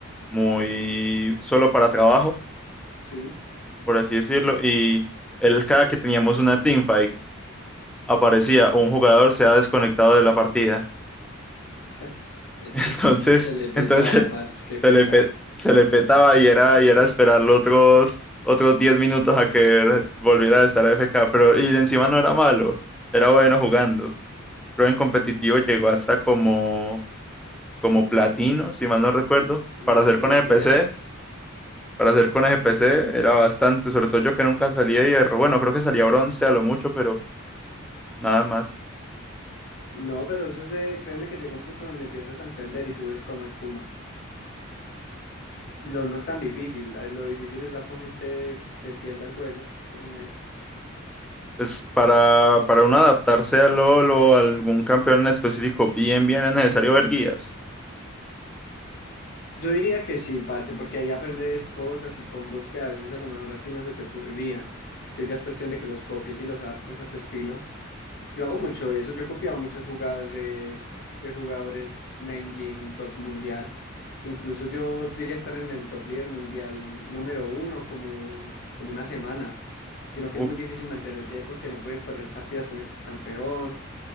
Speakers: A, in the centre; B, on the left.
A: muy solo para trabajo,
B: Sí.
A: por así decirlo, y él cada que teníamos una teamfight, aparecía un jugador se ha desconectado de la partida.
B: <laughs>
A: Entonces,
B: Se le petaba,
A: entonces
B: parce,
A: <laughs>
B: qué
A: se
B: pesar.
A: le, pe- se le petaba y era, y era esperarlo otros, otros 10 minutos a que volviera a estar AFK. Pero y encima no era malo, era bueno jugando. Creo en competitivo llegó hasta como, como platino, si mal no recuerdo.
B: Nada,
A: Para hacer
B: le
A: con
B: metía.
A: EPC, para hacer con EPC era bastante, sobre todo yo que nunca salía de hierro. Bueno, creo que salía bronce a lo mucho, pero nada más.
B: No, pero eso es de, créeme que llega un punto donde empiezas a entender y subes como espuma. Lo no es tan difícil, eh, lo difícil es dar con gente que entienda el juego, como es.
A: Es para, para uno adaptarse al LoL o a algún campeón en específico, bien, bien es necesario ver guías.
B: Yo diría que sí, parce, porque ahí aprendes cosas y combos que a veces a lo mejor a ti no se te ocurrirían. Entonces ya es cuestión de que los copies y los adaptes a tu estilo. Yo hago mucho eso, yo he copiado muchas jugadas de, de jugadores main gen top mundial. Incluso yo llegué a estar en el top líder mundial número uno como, como una semana, sino que
A: Uf,
B: es muy difícil mantenerse ahí porque no puedes perder partidas con el campeón, o